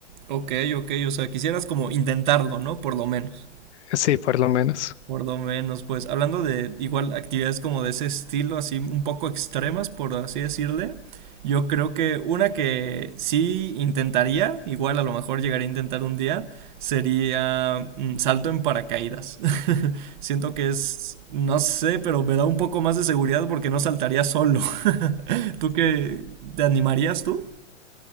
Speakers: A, on the right; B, on the left.
A: Ok, ok, o sea, quisieras como intentarlo, ¿no? Por lo menos.
B: Sí, por lo menos.
A: Por lo menos, pues hablando de igual actividades como de ese estilo, así un poco extremas, por así decirle, yo creo que una que sí intentaría, igual a lo mejor llegaría a intentar un día, sería mm, salto en paracaídas. <laughs> Siento que es, no sé, pero me da un poco más de seguridad porque no saltaría solo. <laughs> ¿Tú qué? ¿Te animarías tú?